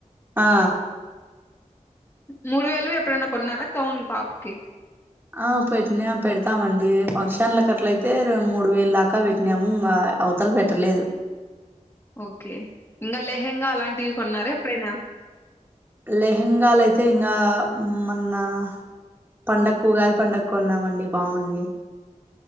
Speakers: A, on the right; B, on the left.
A: ఆ
B: మూడు వేలు ఎప్పుడైనా కొన్నారా కౌన్లు పాప్ కి
A: ఆ పెట్టినాం పెడతామండి ఫంక్షన్లకట్లైతే రెం మూడు వేల్ దాకా వెట్నాము ఇంగా అవతల్ వెట్టలేదు
B: ఓకే ఇంగా లెహెంగా అలాంటివి కొన్నారా ఎప్పుడైనా
A: లెహెంగాలైతే ఇంగా మన్నా పండక్కు ఉగాది పండక్కొన్నామండి బావుంది.